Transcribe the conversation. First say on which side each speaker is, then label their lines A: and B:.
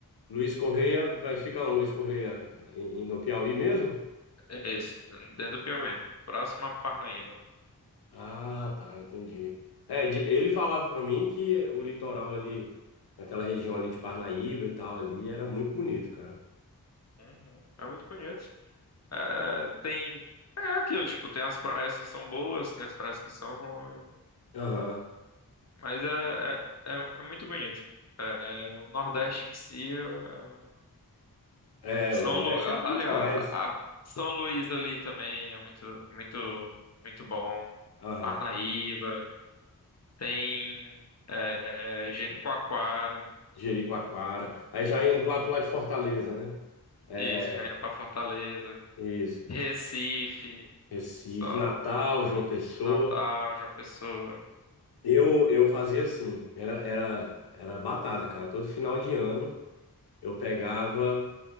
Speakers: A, on the left; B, on the left.
A: Luiz Correia vai ficar onde? Luiz Correia em- em- no Piauí mesmo?
B: É isso, dentro do Piauí. Próximo a Parnaíba.
A: Ah, tá, entendi. É, de- ele falava para mim que o litoral ali, naquela região ali de Parnaíba e tal, ali, era muito bonito, cara.
B: Uhum. É muito bonito. É, tem. É aquilo, tipo, tem as praias que são boas, tem as praias que são ruins.
A: Aham.
B: Mas é, é, é, é muito bonito. É, o Nordeste em si. é,
A: É,
B: São
A: o Nordeste
B: Lu... a-
A: é lindo
B: Aliás,
A: demais.
B: a- São Luís ali também é muito, muito, muito bom.
A: Aham.
B: Parnaíba. Tem. É, é, Jericoacoara.
A: Jericoacoara. Aí já indo lá pro lado de Fortaleza, né? É,
B: Isso, já indo
A: é,
B: pra Fortaleza.
A: isso.
B: Recife.
A: Recife,
B: Só
A: Natal, João Pessoa.
B: Natal, João Pessoa.
A: Eu, eu fazia assim, era, era, era batata, cara. Todo final de ano eu pegava